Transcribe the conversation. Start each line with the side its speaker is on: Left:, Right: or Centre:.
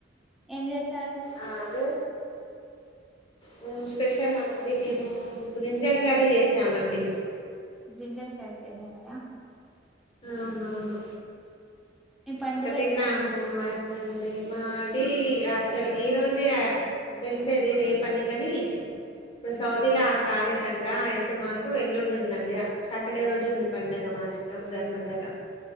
Centre: ఏం చేసారు
Left: ఆ అదే మేము స్పెషలా అండి మేము బ్రింజల్ కర్రీ చేసామండి.
Centre: బ్రింజాం కర్రీ చేసారా
Left: అవునవును
Centre: మీ పండుగ
Left: ఇంక తిన్నాము
Centre: ఎప్పుడండి
Left: అయిపోయింది. మా తీ ఆ చల్ ఈరోజే ఆ తెలిసేది రేపని కాని ఇప్పుడు సౌదీలా ఆ కాలేదంట అయితే మాకు ఎల్లుండందండి సాటర్డే రోజు ఉంది పండగ మాది రంజాన్ పండగ